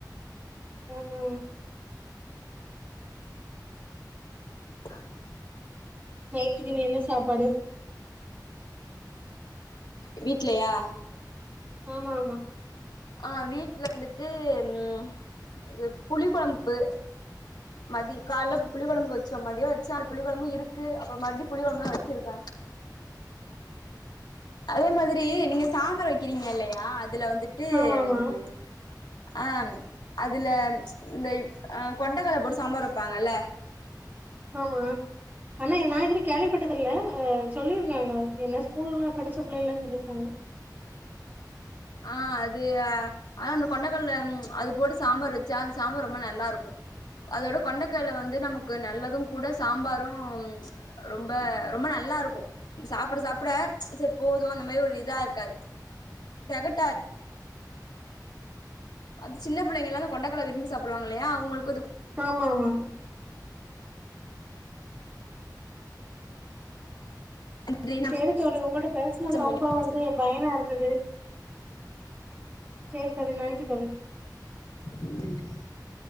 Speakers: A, on the right; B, on the left.
A: உ உ
B: <unintelligible>
A: நைட்டுக்கு நீ என்ன சாப்பாடு
B: வீட்லயா
A: ஆமா ஆமா
B: ஆ வீட்ல வந்துட்டு ம் இது புளி கொழம்பு மதிய கால புளி கொழம்பு வச்சோ மதியம் வச்ச அ புளி கொழம்பு இருக்கு அப்புற மறுடியு புளி குழம்பு தா வச்சிருக்காங்க அதே மாதிரி நீங்க சாம்பார் வைக்கிறீங்க இல்லியா இதுல வந்துட்டு
A: ஆமா ஆமா
B: ம் ஆ அதுல இந்த ஆ கொண்டகள்ள போட்டு சாம்பார் வப்பாங்கல
A: ஆமா ஆனா நா இதிலியு கேள்விப்பட்டதில்ல அ சொல்லியிருந்தாங்க என்ன ஸ்கூல்லா படிச்ச புள்ளைல்ல சொல்லிருக்காங்
B: ஆ அது ஆனா அந்த கொண்டக்கல்ல அது போட்டு சாம்பார் வச்சா அந்த சாம்பார் ரொம்ப நல்லா இருக்கு அதோட கொண்டக்கல்ல வந்து நமக்கு நல்லது கூட சாம்பாரு ரொம்ப ரொம்ப நல்லா இருக்கு சாப்ட சாப்ட சரி போது அந்த மாரி ஒரு இதா இருக்காது தெகட்டா ப அந் சின்ன புள்ளைங்க எல்லா கொண்டக்கல்ல விரும்பி சாப்டுவாங்க இல்லையா அவுங்களுக்
A: ஆமா ஆமா
B: நன்றி
A: சேரி தோழி உங்கள்ட்ட பேசுனது
B: நம்ம
A: ரொம்ப வந்து
B: பேசலா
A: பயனா இருந்தது சேரி தோழி நன்றி தோழி
B: ம் நன்றி